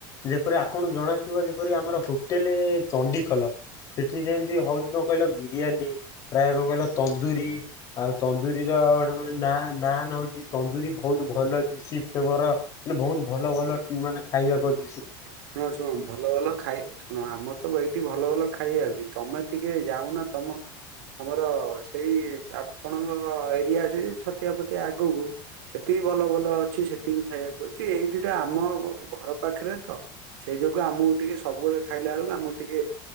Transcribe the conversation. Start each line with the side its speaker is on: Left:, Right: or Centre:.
Left: ଯେପରି
Right: ହଁ
Left: ଆପଣ ଜଣାଥିବ ଯେ ପରି ଆମର ହୋଟେଲେ ଚଣ୍ଡିଖୋଲ। ସେଠି ଯେମିତି ହଉଛି କଣ କହିଲ! ବିରିୟାନୀ, ପ୍ରାୟ କଣ କହିଲ ତନ୍ଦୁରୀ, ଆଉ ତନ୍ଦୁରୀର ଗୋଟେ ନା ନାନ୍ ହଉଛି ତନ୍ଦୁରୀ ବହୁତ ଭଲଯିସିତବର, ମାନେ ବହୁତ ଭଲ ଭଲ ମାନେ ନେ ଖାଇବା କୋଜ
Right: ଶୁଣ ଶୁଣ, ଭଲ ଭଲ, ଖାଇ ଶୁଣ ଆମର ତ ଏଇଠି, ଭଲ ଭଲ ଖାଇଆ ଆଉଛି। ତମେ ଟିକେ ଯାଉନ ତମ ଆମର ସେଇ ଆପଣଙ୍କ ଏରିଆ ଯେ ଛତିଆ ଫତିଆ ଆଗକୁ ସେଠି ଭଲ ଭଲ ଅଛି। ସେଠି ବି ଖାଇବାକୁ ଅଛି। ଏଇଠିଟା ଆମ ଘର ପାଖରେ ତ ସେଇ ଯୋଗୁ ଆମକୁ ଟିକେ ସବୁବେଳେ ଖାଇଲା ଆଳକୁ, ଆମକୁ ଟିକେ